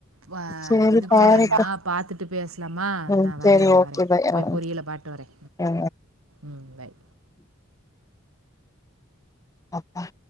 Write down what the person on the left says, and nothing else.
சேரி
பாருப்பா
ம்
செரி
ஓகே
பாய்
ஆ ஆ
ஆ
அப்பா